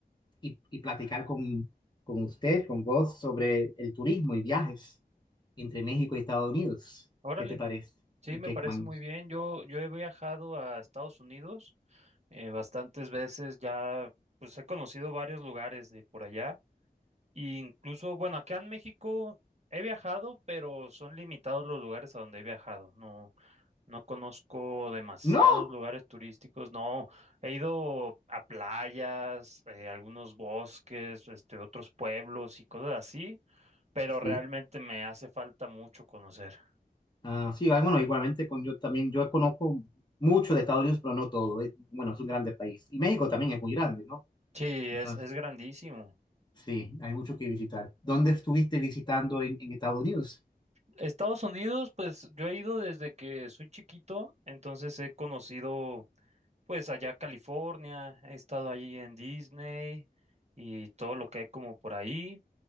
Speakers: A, on the left; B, on the right.
A: y, y platicar con, con usted, con vos, sobre el turismo y viajes entre México y Estados Unidos.
B: Órale,
A: ¿Qué te parece?
B: sí, me
A: ¿Qué
B: parece
A: man-
B: muy bien. Yo, yo he viajado a Estados Unidos eh, bastantes veces, ya pues he conocido varios lugares de por allá Y incluso, bueno, acá en México he viajado, pero son limitados los lugares a donde he viajado. No, no conozco demasiados
A: No,
B: lugares turísticos. No, he ido a playas, eh, algunos bosques, este, otros pueblos y cosas así, pero
A: sí.
B: realmente me hace falta mucho conocer.
A: Ah, sí, ah, bueno, igualmente con yo también, yo conozco mucho de Estados Unidos, pero no todo. Es- bueno, es un grande país. Y México también es muy grande, ¿no?
B: Sí,
A: Entonces,
B: es, es grandísimo.
A: Sí, hay mucho que visitar. ¿Dónde estuviste visitando en, en Estados Unidos?
B: Estados Unidos, pues yo he ido desde que soy chiquito, entonces he conocido Pues allá a California, he estado allí en Disney y todo lo que hay como por ahí.